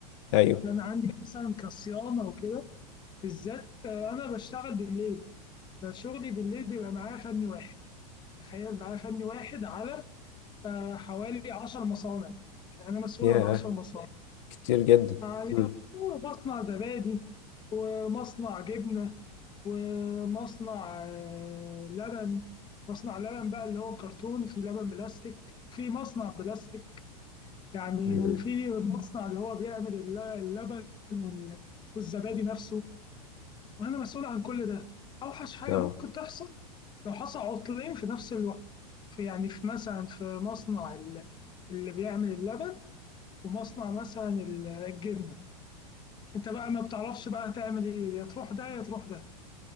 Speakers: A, on the left; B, on the left.
A: ايوه
B: انا عندي مثلا كصيانه وكده بالذات آه، انا بشتغل بالليل فشغلي بالليل بيبقى معاه فني واحد تخيل معاه فني واحد على آه، حوالي 10 مصانع يعني انا مسؤول
A: ياه
B: عن 10 مصانع
A: كتير جدا
B: يعني
A: مم.
B: مصنع زبادي آه، مصنع جبنة ومصنع آه، لبن مصنع لبن بقى اللي هو كرتون في لبن بلاستيك في مصنع بلاستيك يعني
A: مم.
B: وفي مصنع اللي هو بيعمل الل- اللبن وال- والزبادي نفسه وانا مسؤول عن كل ده اوحش حاجه
A: اه
B: ممكن تحصل لو حصل عطلين في نفس الوقت في يعني في مثلا في مصنع ال- اللي بيعمل اللبن ومصنع مثلا ال- الجبنه انت بقى ما بتعرفش بقى تعمل ايه يا تروح ده يا تروح ده